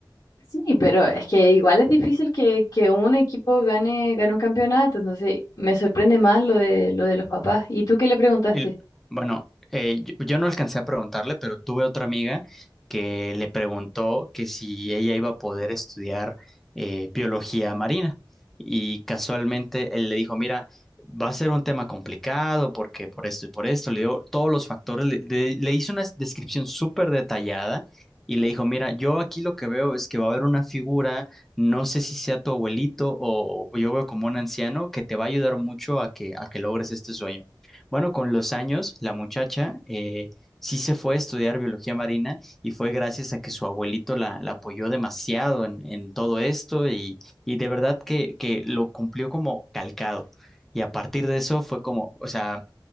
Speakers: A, on the left; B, in the centre.
A: Sí, pero es que igual es difícil que, que un equipo gane, gane un campeonato, entonces me sorprende más lo de, lo de los papás. ¿Y tú qué le preguntaste?
B: El- bueno, eh, yo, yo no alcancé a preguntarle, pero tuve otra amiga que le preguntó que si ella iba a poder estudiar eh, biología marina. Y casualmente él le dijo, mira, va a ser un tema complicado porque por esto y por esto, le dio todos los factores, le, le- le hizo una descripción súper detallada y le dijo, mira, yo aquí lo que veo es que va a haber una figura, no sé si sea tu abuelito o, o yo veo como un anciano que te va a ayudar mucho a que, a que logres este sueño. Bueno, con los años, la muchacha eh, sí se fue a estudiar biología marina y fue gracias a que su abuelito la, la apoyó demasiado en, en todo esto y, y de verdad que, que lo cumplió como calcado. Y a partir de eso fue como, o sea,